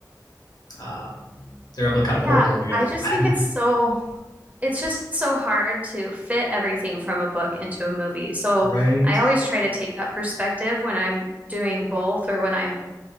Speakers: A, on the left; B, on the right.
A: Uh, they're able to kind
B: Yeah,
A: of pull it all together,
B: I just
A: <laughs>
B: think it's so it's just so hard to fit everything from a book into a movie. So
A: right?
B: I always try to take that perspective when I'm doing both or when I'm